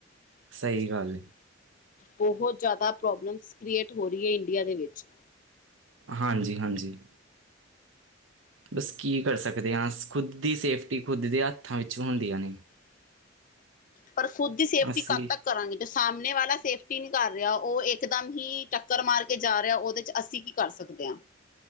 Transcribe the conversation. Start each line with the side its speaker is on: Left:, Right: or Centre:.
Right: ਸਈ ਗੱਲ।
Left: ਬਹੁਤ ਜ਼ਿਆਦਾ ਪ੍ਰੋਬਲਮਸ ਕ੍ਰੀਏਟ ਹੋ ਰਹੀ ਇੰਡੀਆ ਦੇ ਵਿੱਚ
Right: ਹਾਂਜੀ-ਹਾਂਜੀ। ਬਸ ਕੀ ਕਰ ਸਕਦੇ ਆ ਖੁਦ ਦੀ ਸੇਫਟੀ ਖੁੱਦ ਦੇ ਹੱਥਾਂ ਵਿੱਚ ਹੁੰਦੀਆਂ ਨੇ।
Left: ਪਰ ਖੁਦ ਦੀ ਸੇਫਟੀ
Right: ਅਸੀਂ
Left: ਕਦ ਤੱਕ ਕਰਾਂਗੇ ਤੇ ਸਾਹਮਣੇ ਵਾਲਾ ਸੇਫਟੀ ਟੀ ਨਹੀਂ ਕਰ ਰਿਹਾ ਉਹ ਇਕ ਦਮ ਹੀ ਟੱਕਰ ਮਾਰ ਕੇ ਜਾ ਰਿਹਾ। ਉਹਦੇ ਚ ਅਸੀਂ ਕੀ ਕਰ ਸਕਦੇ ਆ।